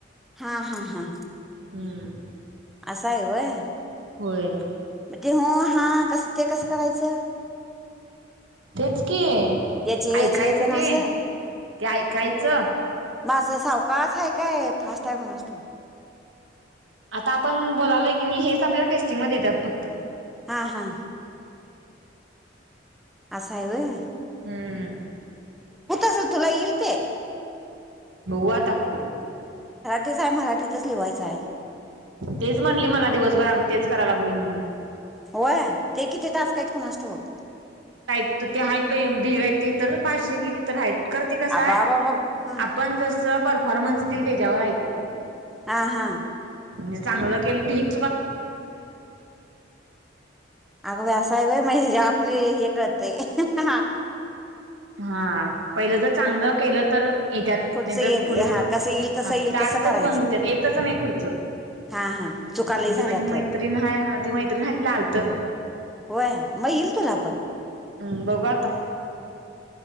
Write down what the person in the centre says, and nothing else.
हा. हा. हा
असा आहे होय.
म्हणजे हो हा कसं ते कसं करायचं?
याचे
याचे येते ना
असं
म असं सावकास हाय काय, फास्ट हाय कुणास ठाऊ?
हा हा असा आहे होय
असेल तुला येईल ते
तेच हाय मराठीतच लिव्हाचाय.
होय? ते किती तास काय कुणास ठाऊक.
आबा बाबा हां
हां हां
अगं बाय असं हाय व्हय? म हे जे आपले हे राहतंय <unintelligible>
पुढचं
येईल
हा कसं येईल तसं
येईल
तसं करायचं
हा हा चुका लई
झाल्या
तर
होय? म येईल तुला पण.